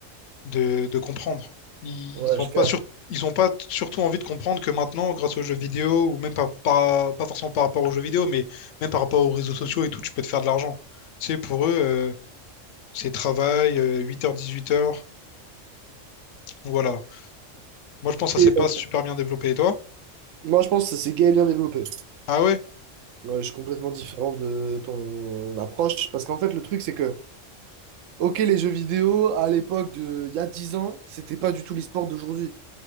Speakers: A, on the left (about 75°); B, on the right (about 80°).
A: de, de comprendre. Ils
B: Ouais,
A: ont
B: je
A: pas
B: capte.
A: sur- ils ont pas surtout envie de comprendre que maintenant, grâce aux jeux vidéo ou même pas pas, pas forcément par rapport aux jeux vidéo, mais même par rapport aux réseaux sociaux et tout, tu peux te faire de l'argent. Tu sais, pour eux, euh, c'est travail, 8h-18h. Voilà, Moi, je pense que
B: Et
A: ça s'est pas
B: euh,
A: super bien développé. Et toi?
B: moi, je pense que c'est gay et bien développé.
A: Ah ouais?
B: Ouais, je suis complètement différent de ton approche. Parce qu'en fait, le truc, c'est que, ok, les jeux vidéo, à l'époque de, il y a 10 ans, c'était pas du tout l'e-sport d'aujourd'hui.